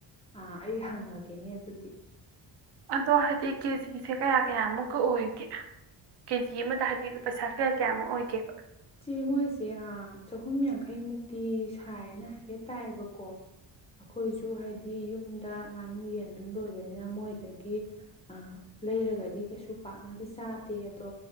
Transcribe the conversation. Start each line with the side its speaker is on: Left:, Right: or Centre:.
Left: ꯑꯩ ꯍꯪꯉꯒꯦꯅꯦ ꯑꯗꯨꯗꯤ
Right: ꯑꯗꯣ ꯍꯥꯏꯗꯤ ꯀꯦꯖꯤꯁꯦ ꯀꯌꯥ ꯀꯌꯥꯃꯨꯛꯀ ꯑꯣꯏꯒꯦ ꯀꯦꯖꯤ ꯑꯃꯗ ꯍꯥꯏꯗꯤ ꯄꯩꯁꯥ ꯀꯌꯥ ꯀꯌꯥꯃꯨꯛ ꯑꯣꯏꯒꯦꯕ
Left: ꯆꯦ ꯃꯣꯏꯁꯦ ꯆꯍꯨꯝ ꯌꯥꯡꯈꯩꯃꯨꯛꯇꯤ ꯁꯥꯏꯌꯦꯅ ꯍꯥꯏꯐꯦꯠ ꯇꯥꯏꯑꯕꯀꯣ ꯑꯩꯈꯣꯏꯁꯨ ꯍꯥꯏꯗꯤ ꯑꯩ ꯌꯨꯝꯗ ꯉꯥꯅꯨ ꯌꯦꯟ ꯑꯗꯨꯝ ꯂꯣꯏꯕꯅꯤꯅ ꯃꯣꯏ ꯑꯗꯒꯤ ꯑ ꯂꯩꯔꯒꯗꯤ ꯀꯩꯁꯨ ꯄꯥꯛꯅꯗꯤ ꯆꯥꯗꯦ ꯑꯗꯣ